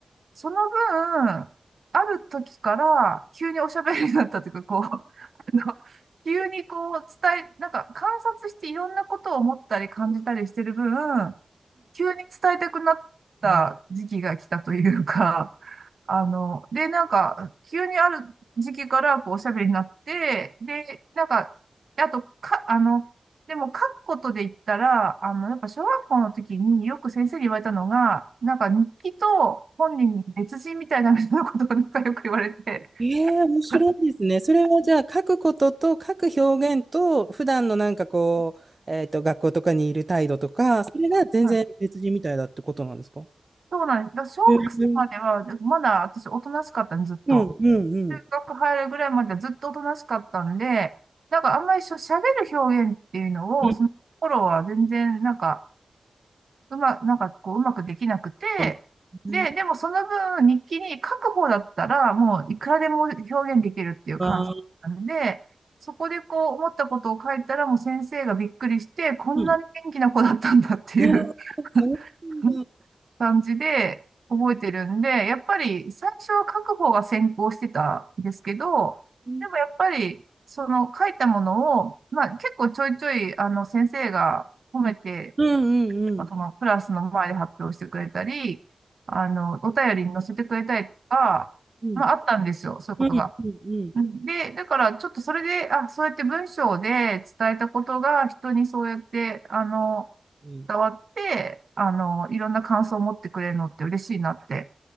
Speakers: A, on the right (about 70°); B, on the right (about 35°).
A: その分、ある時から急におしゃべりになったというか、こう、<laughs> あの、急にこう伝え、なんか観察していろんなことを思ったり感じたりしてる分、急に伝えたくなった時期が来たというか、
B: <laughs>
A: あの、で、なんか、急にある時期から、こう、おしゃべりになって、で、なんか、であと、か、あの、でも、書くことで言ったら、あの、やっぱ、小学校の時によく先生に言われたのが、なんか、日記と本人に別人みたいな、みたいなことが、なんかよく言われて、
B: ええ、
A: <laughs>
B: 面白いですね。
A: はい
B: それはじゃあ書くことと書く表現と普段のなんかこう、えっと、学校とかにいる態度とか、それが全然別人みたいだってことなんですか
A: はいそうなんです。だから小学生までは、
B: ええ、うん、
A: まだ私、おとなしかったんです、ずっと。
B: うん、うん。
A: 中学入るぐらいまではずっとおとなしかったんで、なんか、あんまりしゃべる表現っていうのを、
B: うん。
A: その頃は全然、なんか、うま、なんかこう、うまくできなくて、
B: あ、う
A: で、
B: ん
A: でもその分日記に書く方だったら、もういくらでも表現できるっていう感じなんで、
B: あ
A: そこでこう思ったことを書いたらもう先生がびっくりして、こんなに元気な子だったんだっていう
B: うん。ええ、そうなんだ。
A: <laughs> 感じで覚えてるんで、やっぱり最初は書く方が先行してたんですけど、
B: うん、
A: でもやっぱりその書いたものを、まあ結構ちょいちょいあの先生が褒めて
B: うん、うん。
A: そのクラスの前で発表してくれたり、あの、お便りに載せてくれたりとか、
B: うん、
A: まああったんですよ、そういうことが。
B: うん、うん、うん。
A: で、だからちょっとそれで、あ、そうやって文章で伝えたことが人にそうやって、あの、
B: うん
A: 伝わって、あの、いろんな感想を持ってくれるのって嬉しいなって、